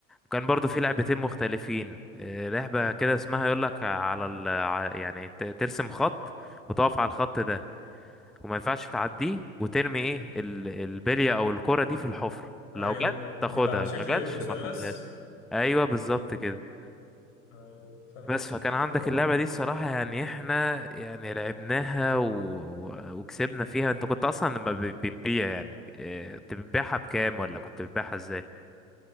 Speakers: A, in the centre; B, on the left.
A: كان برضو في لعبتين مختلفين آه، لعبة كده اسمها يقول لك على ال... ع- يعني ت- ترسم خط وتقف على الخط ده وما ينفعش تعديه وترمي ايه ال- البلية او الكرة دي في الحفرة
B: أيوه
A: لو جت تاخدها
B: وبيبقى على شكل
A: ما جاتش
B: مثلث
A: ما خدتهاش ايوه بالظبط كده
B: أيوه فاكر
A: بس
B: افتكرت
A: فكان عندك
B: اللعبة
A: اللعبه
B: دي
A: دي الصراحه يعني احنا يعني لعبناها و... و... وكسبنا فيها انت كنت اصلا لما ب- بتبيع يعني إيه، كنت بتبيعها بكام ولا كنت بتبيعها ازاي